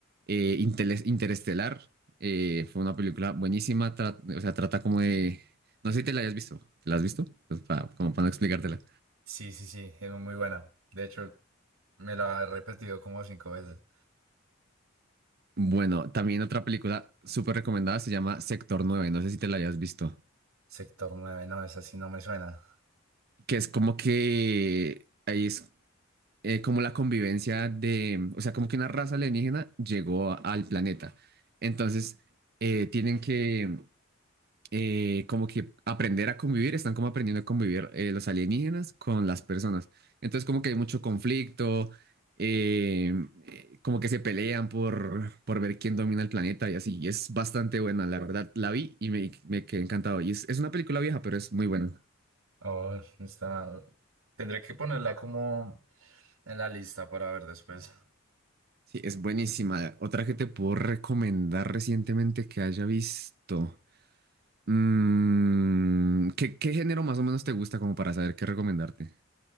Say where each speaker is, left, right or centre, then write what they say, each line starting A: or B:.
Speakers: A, on the right; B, on the right.
A: eh, Intele- Interestelar, eh, fue una película buenísima, tra- o sea, trata como de... No sé si te la hayas visto, ¿te la has visto? Pues pa- como para no explicártela.
B: Sí, sí, sí, es muy buena. De hecho, me la he repetido como cinco veces.
A: Bueno, también otra película súper recomendada se llama Sector Nueve. no sé si te la hayas visto.
B: Sector nueve no, esa sí no me suena.
A: que es como que ahí es eh, como la convivencia de, o sea, como que una raza alienígena llegó a- al planeta. Entonces, eh, tienen que eh, como que aprender a convivir, están como aprendiendo a convivir eh, los alienígenas con las personas. Entonces, como que hay mucho conflicto, eh, eh, como que se pelean por, por ver quién domina el planeta y así. Y es bastante buena, la verdad. La vi y me, me quedé encantado. Y es, es una película vieja, pero es muy buena.
B: Oh, está... Tendré que ponerla como en la lista para ver después.
A: Sí, es buenísima. Otra que te puedo recomendar recientemente que haya visto. Mm, ¿qué, qué género más o menos te gusta como para saber qué recomendarte?